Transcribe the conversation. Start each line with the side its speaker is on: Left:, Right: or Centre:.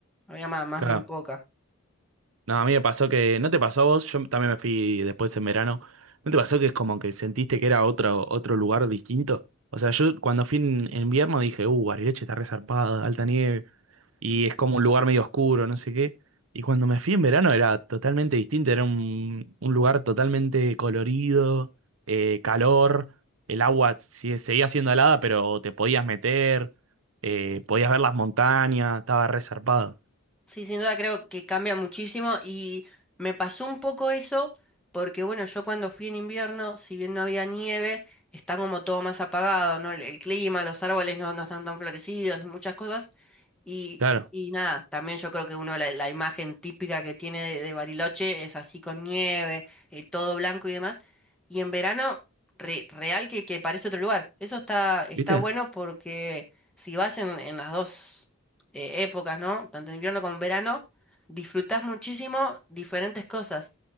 Centre: Había más, más
Right: Claro.
Centre: bien poca.
Right: No, a mí me pasó que, ¿no te pasó a vos? Yo también me fui después en verano. ¿No te pasó que es como que sentiste que era otro, otro lugar distinto? O sea, yo cuando fui en, en invierno dije, uh, Bariloche está resarpada, alta nieve, y es como un lugar medio oscuro, no sé qué. Y cuando me fui en verano era totalmente distinto, era un, un lugar totalmente colorido, eh, calor, el agua si- seguía siendo helada, pero te podías meter, eh, podías ver las montañas, estaba resarpado.
Centre: Sí, sin duda creo que cambia muchísimo y me pasó un poco eso porque bueno, yo cuando fui en invierno, si bien no había nieve, está como todo más apagado, ¿no? El, el clima, los árboles no, no están tan florecidos ni muchas cosas. Y,
Right: Claro,
Centre: y nada, también yo creo que uno la, la imagen típica que tiene de, de Bariloche es así con nieve, eh, todo blanco y demás. Y en verano, re- real que, que parece otro lugar. Eso está, está
Right: ¿viste?
Centre: bueno porque si vas en, en las dos eh, épocas, ¿no? Tanto en invierno como en verano, disfrutás muchísimo diferentes cosas.